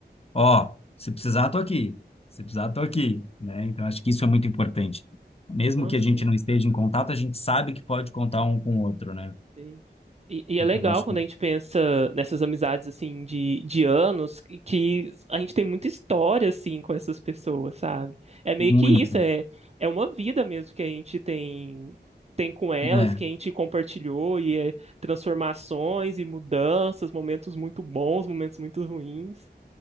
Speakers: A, on the left; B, on the right.
A: Ó, se precisar, tô aqui. Se precisar, tô aqui, né? Então, acho que isso é muito importante. Mesmo
B: Não,
A: que
B: sim.
A: a gente não esteja em contato, a gente sabe que pode contar um com o outro, né?
B: Sim. E, e é
A: Então,
B: legal
A: acho
B: quando
A: que
B: a gente pensa nessas amizades assim de, de anos que, que a gente tem muita história assim com essas pessoas, sabe? É meio
A: muito.
B: que isso, é, é uma vida mesmo que a gente tem tem com elas,
A: É,
B: que a gente compartilhou e é transformações e mudanças, momentos muito bons, momentos muito ruins.